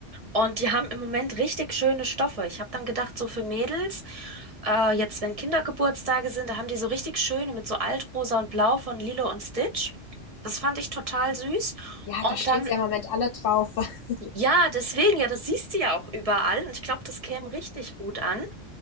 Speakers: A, on the right; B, on the left.
A: Und die haben im Moment richtig schöne Stoffe. Ich habe dann gedacht, so für Mädels, äh, jetzt wenn Kindergeburtstage sind, da haben die so richtig schöne mit so Altrosa und Blau von Lilo und Stitch. Das fand ich total süß.
B: Ja,
A: Und
B: da stehen
A: dann,
B: sie ja im Moment alle drauf. <laughs>
A: ja, deswegen, ja, das siehst du ja auch überall. Und ich glaube, das käme richtig gut an.